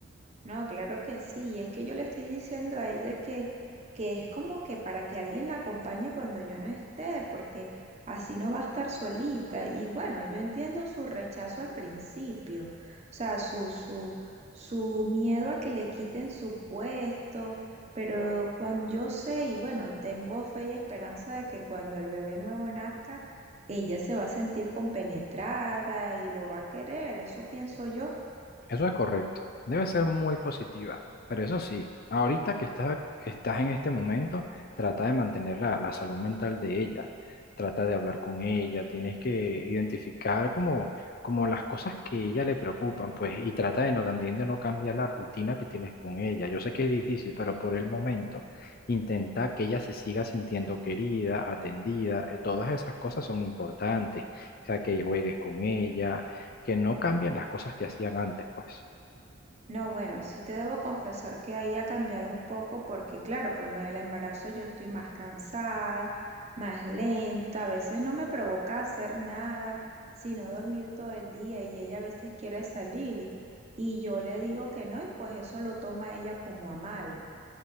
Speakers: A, on the right; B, on the left.
A: No, claro que sí. Y es que yo le estoy diciendo a ella que, que es como que para que alguien la acompañe cuando yo no esté, porque así no va a estar solita. Y bueno, yo entiendo su rechazo al principio, o sea, su, su, su miedo a que le quiten su puesto, pero cuando yo sé, y bueno, tengo fe y esperanza de que cuando el bebé nuevo nazca, ella se va a sentir compenetrada y lo va a querer, eso pienso yo.
B: Eso es correcto. Debe ser muy positiva. Pero eso sí, ahorita que estás, que estás en este momento, trata de mantener la, la salud mental de ella. Trata de hablar con ella. Tienes que identificar como, como las cosas que ella le preocupan, pues, y trata de no, también de no cambiar la rutina que tienes con ella. Yo sé que es difícil, pero por el momento intenta que ella se siga sintiendo querida, atendida. eh, Todas esas cosas son importantes. O sea, que juegues con ella que no cambian las cosas que hacían antes, pues.
A: No, bueno, sí te debo confesar que ahí ha cambiado un poco porque, claro, con lo del embarazo yo estoy más cansada, más lenta, a veces no me provoca hacer nada, sino dormir todo el día y ella a veces quiere salir y, y yo le digo que no y pues eso lo toma ella como a mal.